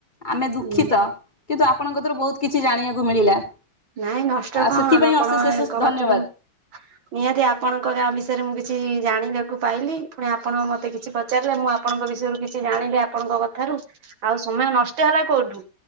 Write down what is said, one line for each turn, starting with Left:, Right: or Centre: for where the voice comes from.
Left: ଆମେ ଦୁଃଖିତ
Right: ଉଁ
Left: କିନ୍ତୁ ଆପଣଙ୍କ କତିରୁ ବୋହୁତ କିଛି ଜାଣିବାକୁ ମିଳିଲା।
Right: ନାଇଁ ନଷ୍ଟ
Left: ଆଉ
Right: କଣ
Left: ସେଥିପାଇଁ
Right: ଆପଣଙ୍କ
Left: ଅଶେଷ ଅଶେଷ ଧନ୍ୟବାଦ
Right: କତିରୁ ନିହାତି ଆପଣଙ୍କ ଗାଁ ବିଷୟରେ ମୁଁ କିଛି ଜାଣିବାକୁ ପାଇଲି ପୁଣି ଆପଣ ମତେ କିଛି ପ ଚାରିଲେ ମୁଁ ଆପଣଙ୍କ ବିଷୟରୁ କିଛି ଜାଣିଲି ଆପଣଙ୍କ କଥାରୁ। ଆଉ ସମୟ ନଷ୍ଟ ହେଲା କୋଉଠୁ